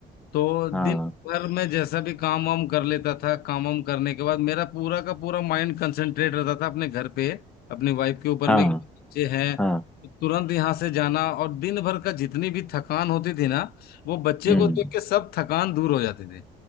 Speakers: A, on the left; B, in the centre.
A: तो दिन
B: हाँ
A: पर मैं जैसा भी काम वाम कर लेता था काम वाम करने के बाद मेरा पूरा का पूरा माइंड कंसंट्रेट रहता था अपने घर पे अपनी वाइफ के ऊपर
B: हाँ
A: में कि बच्चे हैं
B: हाँ
A: तो तुरंत यहाँ से जाना और दिन भर का जितनी भी थकान होती थी ना वो बच्चे
B: हम्म
A: को देख के सब थकान दूर हो जाती थी